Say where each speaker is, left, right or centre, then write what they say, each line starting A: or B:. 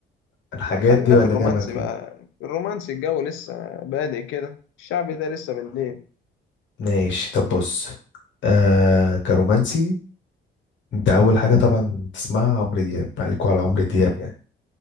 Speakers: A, on the left; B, on the left.
A: الحاجات
B: لا خلينا
A: دي ولا
B: في الرومانسي
A: جاي معاك
B: بقى
A: ايه
B: الرومانسي الجو لسه بادئ كده الشعبي ده لسه بالليل
A: ماشي طب بص آه كرومانسي انت اول حاجة طبعا تسمعها عمرو دياب عليكوا على عمرو دياب يعني